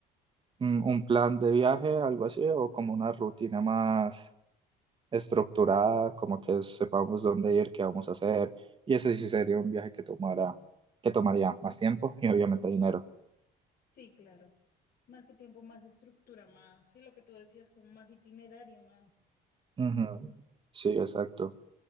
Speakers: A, on the right; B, on the left.
A: un un plan de viaje, algo así, o como una rutina más estructurada, como que sepamos dónde ir, qué vamos a hacer. Y ese sí sería un viaje que tomara, que tomaría más tiempo <laughs> y obviamente dinero.
B: Sí, claro. Más que tiempo, más estructura, más, y lo que tú decías, como más itinerario, más.
A: Ujú. Sí, exacto.